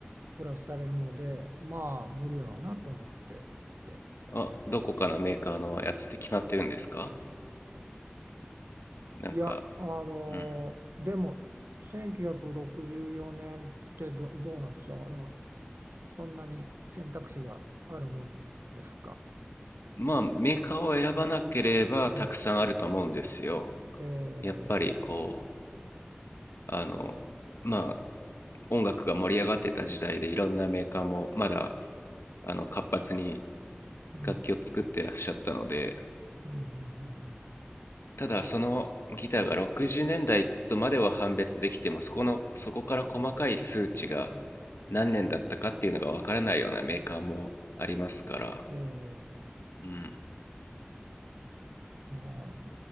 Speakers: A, on the right; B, on the left.
A: プラスされるのでまあ無理だろうなと思ってて
B: あ、どこかのメーカーのやつって決まってるんですかなんか、
A: いやあのでも1964年ってど、
B: うん。
A: どうなんですかあのそんなに選択肢があるもんですか
B: まあメーカーを選ばなければたくさんあると思うんですよ。
A: うんええ
B: やっぱりこう、あの、まあ音楽が盛り上がってた時代でいろんなメーカーもまだあの活発に
A: うん
B: 楽器を作ってらっしゃったので、
A: うんうん
B: ただそのギターが60年代とまでは判別できてもそこのそこから細かい数値が何年だったかっていうのがわからないようなメーカーもありますから
A: うんうんええ
B: うん
A: まあ、